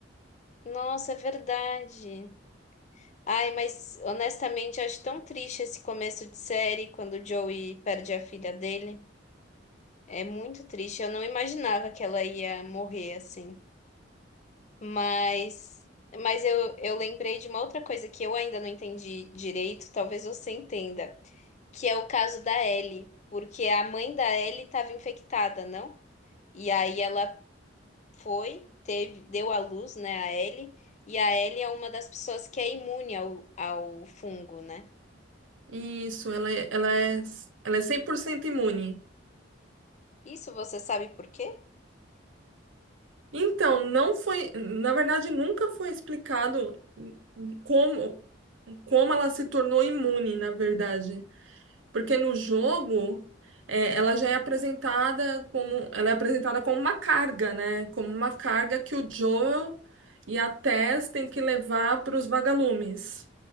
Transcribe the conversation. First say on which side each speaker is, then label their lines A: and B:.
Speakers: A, on the left; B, on the right.
A: Nossa, é verdade. Ai, mas honestamente, eu acho tão triste esse começo de série quando o Joey perde a filha dele. É muito triste. Eu não imaginava que ela ia morrer assim. Mas, mas eu, eu lembrei de uma outra coisa que eu ainda não entendi direito, talvez você entenda, que é o caso da Ellie, porque a mãe da Ellie estava infectada, não? E aí ela Foi, teve, deu à luz, né, a Ellie, e a Ellie é uma das pessoas que é imune ao, ao fungo, né?
B: Isso, ela, é- ela é, ela é 100% imune.
A: Isso você sabe por quê?
B: Então, não foi. Na verdade, nunca foi explicado como, como ela se tornou imune, na verdade. Porque no jogo, é, ela já é apresentada como, ela é apresentada como uma carga, né? Como uma carga que o Joel e a Tess têm que levar para os vagalumes.